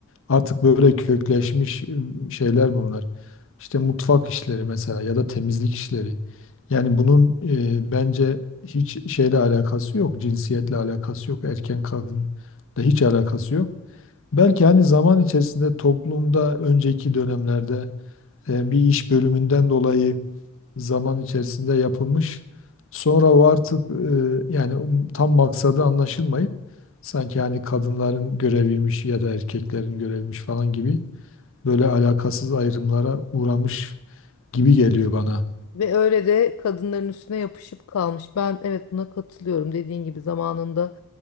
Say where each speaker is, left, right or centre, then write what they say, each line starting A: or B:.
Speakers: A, on the left (about 65°); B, on the left (about 80°).
A: artık böyle kökleşmiş e, şeyler bunlar. İşte mutfak işleri mesela ya da temizlik işleri. Yani bunun e, bence hiç şeyle alakası yok, cinsiyetle alakası yok, erken kadınla hiç alakası yok. Belki hani zaman içerisinde toplumda önceki dönemlerde e, bir iş bölümünden dolayı zaman içerisinde yapılmış. Sonra o artık e, yani um- tam maksadı anlaşılmayıp sanki hani kadınların göreviymiş ya da erkeklerin göreviymiş falan gibi böyle alakasız ayrımlara uğramış gibi geliyor bana.
B: Ve öyle de kadınların üstüne yapışıp kalmış. Ben evet buna katılıyorum. Dediğin gibi zamanında